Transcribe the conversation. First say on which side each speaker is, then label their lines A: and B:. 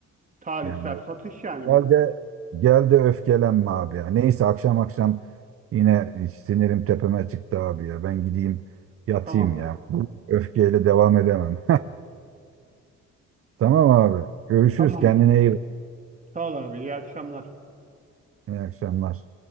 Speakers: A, on the right (about 25°); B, on the right (about 50°).
A: Tarihsel
B: Yani
A: satış yani
B: gel
A: bu.
B: de gel de öfkelenme abi ya. Neyse akşam akşam yine sinirim tepeme çıktı abi ya. Ben gideyim yatayım
A: Tamam.
B: ya. Bu öfkeyle devam edemem. <laughs> Tamam abi. Görüşürüz.
A: Tamamdır.
B: Kendine iyi bak.
A: Sağ ol abi. İyi akşamlar.
B: İyi akşamlar.